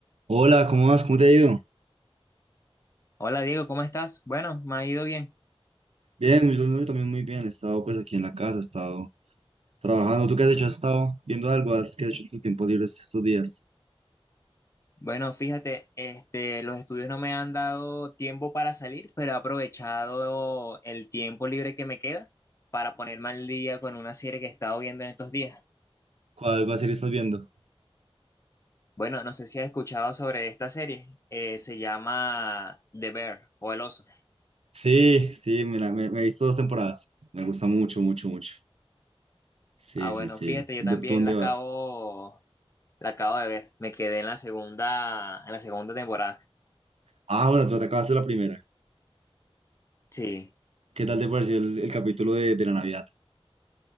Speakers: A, on the right; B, on the left.
A: Hola, ¿cómo vas? ¿Cómo te ha ido?
B: Hola Diego, ¿cómo estás? Bueno, me ha ido bien.
A: Bien, yo, yo también muy bien. He estado pues aquí en la casa, he estado trabajando. ¿Tú qué has hecho? ¿Has estado viendo algo? ¿Has, qué has hecho en tus tiempos libres estos días?
B: Bueno, fíjate, este, los estudios no me han dado tiempo para salir, pero he aprovechado el tiempo libre que me queda para ponerme al día con una serie que he estado viendo en estos días.
A: ¿Cuál va a ser estás viendo?
B: Bueno, no sé si has escuchado sobre esta serie. eh, se llama The Bear o El Oso.
A: Sí, sí, me la, me, me he visto dos temporadas. Me gusta mucho, mucho, mucho. Sí,
B: Ah, bueno,
A: sí, sí.
B: fíjate, yo
A: ¿Dó-
B: también
A: ¿Tú dónde
B: la acabo,
A: vas?
B: la acabo de ver. Me quedé en la segunda, en la segunda temporada.
A: Ah, bueno, tú te acabaste la primera.
B: Sí.
A: ¿Qué tal te pareció el, el capítulo de, de la Navidad?